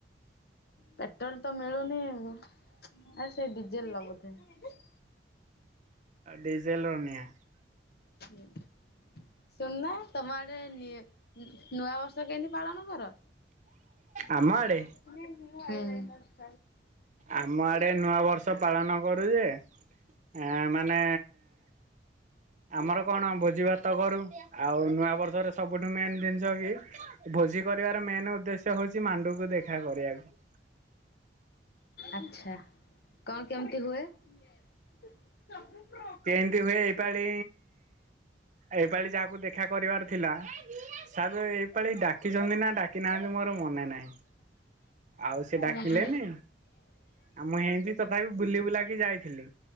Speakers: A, on the left; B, on the right.
A: ପେଟ୍ରୋଲ ତ ମିଳୁନି ଆଉ ସେ ଡିଜେଲ ଲଗଉଥିବେ।
B: ଡିଜେଲ ର ନିଆଁ।
A: ହୁଁ । ଶୁଣନା ତମ ଆଡେ ନି ନୂଆ ବର୍ଷ କେମିତି ପାଳନ କର?
B: ଆମ ଆଡେ
A: ହୁଁ ।
B: ଆମ ଆଡେ ନୂଆ ବର୍ଷ ପାଳନ କରୁ ଯେ ଏଁ ମାନେ ଆମର କଣ ଭୋଜି ଭାତ କରୁ। ଆଉ ନୂଆ ବର୍ଷର ସବୁଠୁ ମେନ୍ ଦିନଷ କି ଭୋଜି କରିବାର ମେନ୍ ଉଦ୍ଦେଶ୍ୟ ହଉଛି ମାଣ୍ଡୁକୁ ଦେଖା କରିଆକୁ।
A: ଆଚ୍ଛା। କଣ କେମତି ହୁଏ? ସ <inaudible>
B: କେନ୍ତି ହୁଏ ଏଇପାଳି ଏଇପାଳି ଯାହାକୁ ଦେଖା କରିବାର ଥିଲା ସାର୍ ଏଇ ପାାଳି ଡାକିଛନ୍ତି ନା ଡାକି ନାହାନ୍ତି ମୋର ମନେ ନାହିଁ। ଆଉ ସେ ଡାକିଲେନି
A: ଓହୋ।
B: ଆ ମୁଁ ହେନ୍ତି ତଥାପି ବୁଲି ବୁଲାକି ଯାଇଥିଲି।